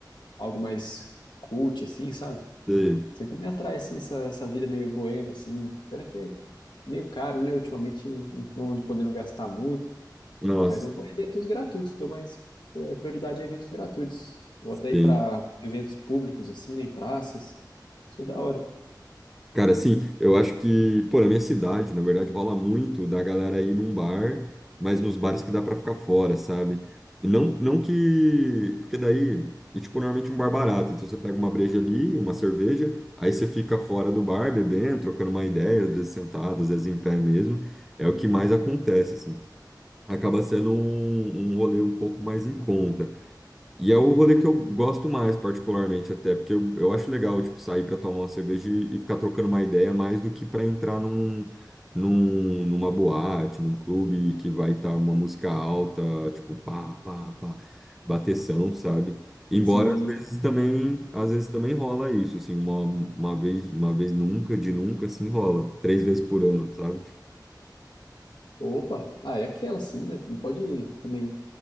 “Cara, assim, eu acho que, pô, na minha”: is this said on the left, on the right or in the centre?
Centre